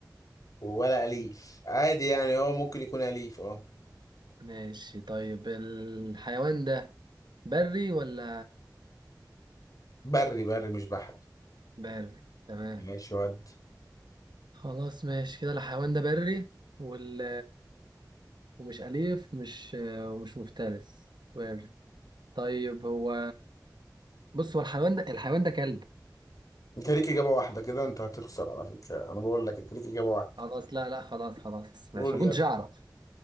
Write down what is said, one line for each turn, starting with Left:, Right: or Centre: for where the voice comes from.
Left: ولا أليف عادي يعني هو ممكن يكون أليف اه
Right: ماشي طيب الحيوان ده بري ولا
Left: بري بري مش بحري
Right: بري تمام
Left: ماشي ودي
Right: خلاص ماشي كده الحيوان ده بري وال ومش أليف ومش ومش مفترس بري طيب هو بص هو الحيوان ده الحيوان ده كلب
Left: انت ليك إجابة واحدة كده انت هتخسر على فكرة انا بقول لك انت ليك إجابة واحدة
Right: خلاص لا لا خلاص خلاص
Left: قول
Right: ماشي ما
Left: يلا
Right: كنتش أعرف